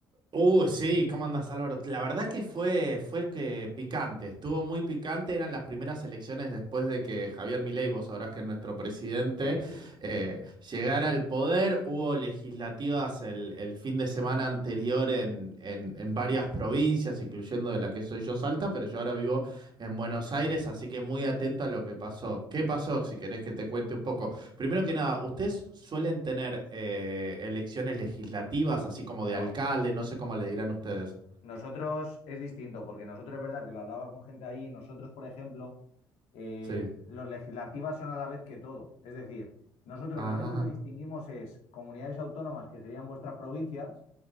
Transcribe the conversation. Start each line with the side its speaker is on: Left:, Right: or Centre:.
Right: Uh, sí, ¿cómo andas, Álvaro? La verdad que fue, fue que picante, estuvo muy picante, eran las primeras elecciones después de que Javier Milei, vos sabrás que es nuestro presidente,
Left: Sí, sí, sí.
Right: eh, llegara al poder, hubo legislativas el, el fin de semana anterior en, en, en varias provincias, incluyendo de la que soy yo, Salta, pero yo ahora vivo en Buenos Aires, así que muy atento a lo que pasó. ¿Qué pasó? Si querés que te cuente un poco. Primero que nada, ¿ustedes suelen tener eh, elecciones legislativas, así como de
Left: No,
Right: alcalde? No sé cómo le dirán ustedes.
Left: nosotros es distinto, porque nosotros es verdad que lo hablaba con gente allí, nosotros, por ejemplo, eh,
Right: Sí.
Left: los legislativas son a la vez que todo. Es decir, nosotros
Right: Ah,
Left: lo único que distinguimos es comunidades autónomas, que serían vuestras provincias,